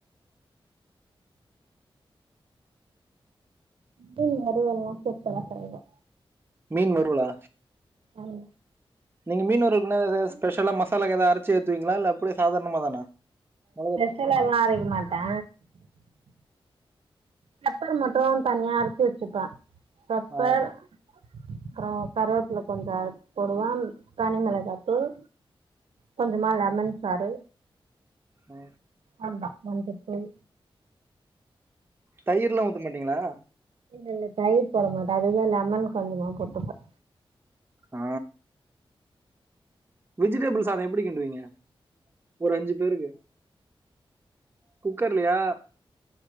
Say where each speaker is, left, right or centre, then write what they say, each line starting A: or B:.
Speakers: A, on the right; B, on the right.
A: டேய் அதுவெல்லா செப்பலா செய்வே
B: மீன் வறுவல்லா
A: ஆமா
B: நீங்க மீன் வருவல் குன்னா எதாவது ஸ்பெஷலா மசாலாக்கு எதாவது அரைச்சு ஏத்துவீங்களா இல்ல அப்டியே சாதாரணமா தானா மெளகா
A: மசாலால்லா அரைக்க மாட்டே பெப்பர் மட்டு தனியா அரச்சி வச்சுப்பே பெப்பர்
B: ஆ
A: அப்பறோ கருவேப்பில கொஞ்சோ அரச்சி போடுவே தனி மெளகா தூள் கொஞ்சமா லெமன் சாரு
B: ஆ
A: அவளதா மஞ்ச தூள்
B: தயிர்ல்லா ஊத்த மாட்டீங்ளா
A: இல்ல இல்ல தயிர் போட மாட்டே அதுக்குதா லெமன் கொஞ்சமா போட்டுப்பே
B: ஆ வெஜிடபிள் சாதோ எப்டி கிண்டுவீங்க ஒரு அஞ்சி பேருக்கு குக்கர்லயா